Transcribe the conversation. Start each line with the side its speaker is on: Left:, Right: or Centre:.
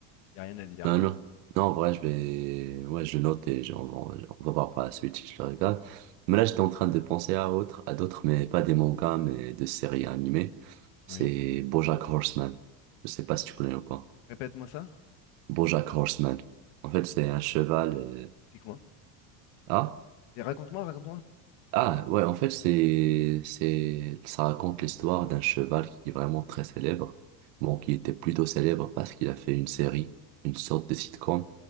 Left: Il Y a rien à dire.
Right: Non,
Left: hein.
Right: non. Non, en vrai, je vais... Ouais, je note et je- on va, on va voir par la suite si je le regarde. Mais là, j'étais en train de penser à autre, à d'autres, mais pas des mangas, mais de séries animées. C'est
Left: Oui.
Right: BoJack Horseman. Je sais pas si tu connais ou pas.
Left: Répète-moi ça.
Right: BoJack
Left: Oh,
Right: Horseman. En fait, c'est un cheval. euh,
Left: explique-moi.
Right: Ah,
Left: Et raconte-moi, raconte-moi.
Right: ah, ouais, en fait, c'est, c'est, ça raconte l'histoire d'un cheval qui est vraiment très célèbre. Bon, qui était plutôt célèbre parce qu'il a fait une série, une sorte de sitcom